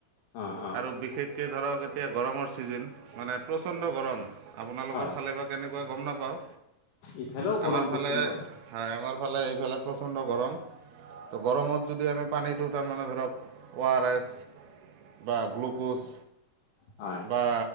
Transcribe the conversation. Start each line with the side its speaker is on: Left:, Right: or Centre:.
Left: অ অ
Right: আৰু বিশেষকে ধৰক এতিয়া গৰমৰ ছিজেন, মানে প্ৰচণ্ড গৰম। আপোনালোকৰ
Left: হয়
Right: ফালে বা কেনেকুৱা গম নাপাওঁ।
Left: ইফালেও গৰম
Right: আমাৰ
Left: প্ৰচণ্ড
Right: ফালে হয়, আমাৰ ফালে এইফালে প্ৰচণ্ড গৰম। ত' গৰমত যদি আমি পানীটো তাৰমানে ধৰক অ আৰ এছ বা গ্লু গুচ,
Left: হয়।
Right: বা